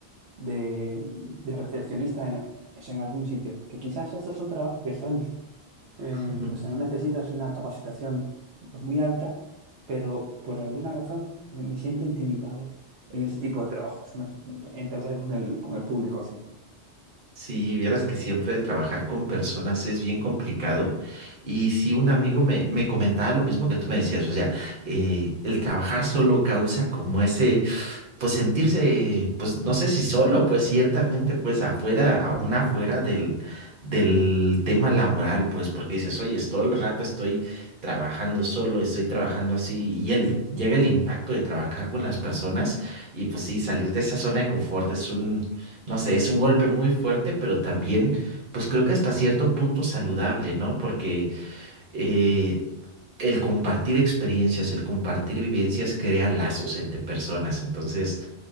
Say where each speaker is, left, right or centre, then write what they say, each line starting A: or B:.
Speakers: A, on the right; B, on the right.
A: de, de recepcionista en, o sea, en algún sitio. Que quizás estos son trabajos que son eh,
B: <laughs>
A: o sea, no necesitas una capacitación pues, muy alta, pero por alguna razón eh, me siento intimidado en ese tipo de trabajos, no sé, en tratar con el, con el público así.
B: Sí, vieras que siempre el trabajar con personas es bien complicado. Y si un amigo me, me comentaba lo mismo que tú me decías, o sea, eh, el trabajar solo causa como ese pues sentirse, pues no sé si solo, pues ciertamente, pues afuera, aún afuera del, del tema laboral, pues porque dices, oye, es todo el rato estoy trabajando solo, estoy trabajando así, y el, llega el impacto de trabajar con las personas, y pues sí, salir de esa zona de confort es un, no sé, es un golpe muy fuerte, pero también, pues creo que hasta cierto punto saludable, ¿no? Porque eh, el compartir experiencias, el compartir vivencias crea lazos entre personas, entonces...